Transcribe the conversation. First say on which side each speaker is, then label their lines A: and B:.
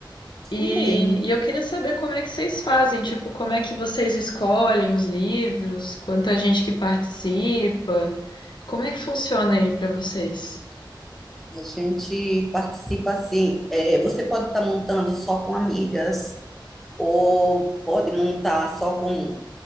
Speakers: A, in the centre; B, on the left.
A: isso
B: E,
A: mesmo.
B: e eu queria saber como é que vocês fazem, tipo, como é que vocês escolhem os livros, quanta gente que participa, como é que funciona aí pra vocês?
A: A gente participa assim. é, você pode estar montando só com amigas ou pode montar só com